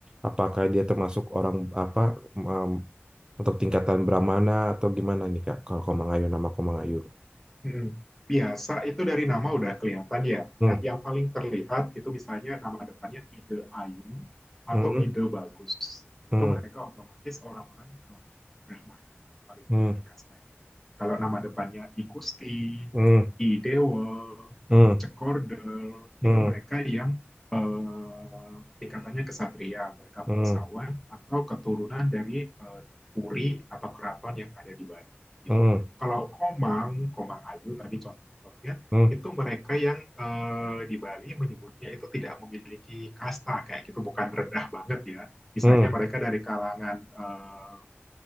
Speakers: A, on the right; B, in the centre.
A: apakah dia termasuk orang apa em, untuk tingkatan Brahmana atau gimana nih Kak? Kalau Komang nama Komang Ayu.
B: Mm-mm. Biasa itu dari nama udah kelihatan ya.
A: Hmm,
B: Nah, yang paling terlihat itu misalnya nama depannya ide ayu
A: hmm,
B: atau ide bagus.
A: hmm,
B: Itu mereka otomatis orang-orang eh, Brahmana paling
A: hmm,
B: tinggi kastanya. Kalau nama depannya I Kusti,
A: hmm,
B: I Dewa,
A: hmm,
B: Cekorde
A: hmm,
B: itu mereka yang eh, tingkatannya kesatria, mereka
A: hmm,
B: bangsawan atau keturunan dari eh, puri atau keraton yang ada di Bali gitu.
A: hmm,
B: Kalau Komang, Komang Ayu tadi contohnya,
A: hmm.
B: itu mereka yang eh, di Bali menyebutnya itu tidak memiliki kasta kayak gitu, bukan rendah banget ya. Misalnya
A: hmm.
B: mereka dari kalangan eh,